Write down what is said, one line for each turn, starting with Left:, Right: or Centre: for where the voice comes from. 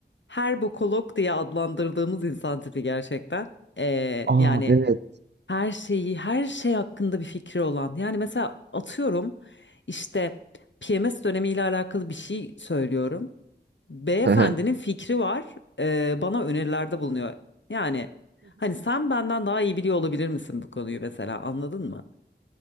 Left: her bokolog diye adlandırdığımız insan tipi gerçekten. Ee,
Right: Aa
Left: yani
Right: evet.
Left: Her şeyi, her şey hakkında bir fikri olan. Yani mesela atıyorum işte PMS dönemiyle alakalı bir şey söylüyorum. Beyefendinin
Right: <laughs>
Left: fikri var, e, bana önerilerde bulunuyor. Yani hani sen benden daha iyi biliyor olabilir misin bu konuyu mesela anladın mı?